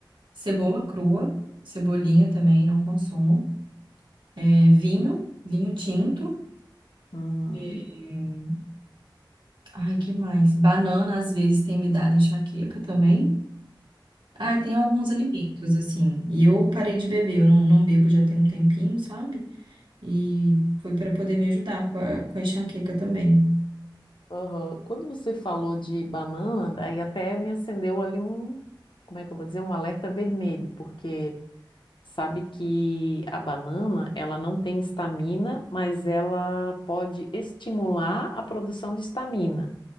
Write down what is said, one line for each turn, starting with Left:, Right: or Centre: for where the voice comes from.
Right: cebola crua, cebolinha também, não consumo. é, vinho, vinho tinto.
Left: Uhum.
Right: É, Ai, que mais? Banana, às vezes, tem me dado enxaqueca também. Ai, tem alguns alimentos, assim. E eu parei de beber, eu não, não bebo já tem um tempinho, sabe? E foi para poder me ajudar com a, com a enxaqueca também.
Left: Aham. Quando você falou de banana, aí até me acendeu ali um, como é que eu vou dizer, um alerta vermelho, porque sabe que a banana, ela não tem estamina, mas ela pode estimular a produção de estamina.